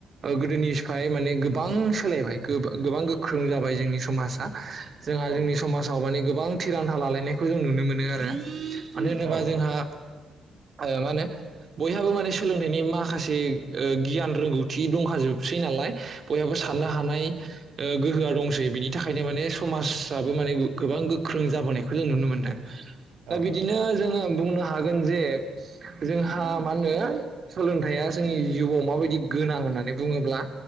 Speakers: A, on the right; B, on the right.
A: गोदोनि सिफाय माने गोबां सोलायबाय। गो गोबां गोख्रों जाबाय जोंनि समाजा जोंहा
B: नोंथां
A: जोंनि समाजाव माने गोबां थिरांथा लालायनायखौ जों नुनो मोनो आरो मानो होनोबा
B: औ
A: जोंहा
B: औ
A: आ मा होनो बयहाबो माने सोलोंथाइनि माखासे ओ गियान रोंगौथि दंखाजोबसै नालाय बयहाबो
B: औ
A: साननो हानाय ओ गोहोआ दंसै बिनि थाखायनो माने समाजाबो माने गोबां गोख्रों जाबोनायखौ जों नुनो मोनदों।
B: औ
A: दा बिदिनो जोङो बुंनो हागोन जे जोंहा मा होनो सोलोंथाइया जोंनि जिउआव माबायदि गोनां होननानै बुङोब्ला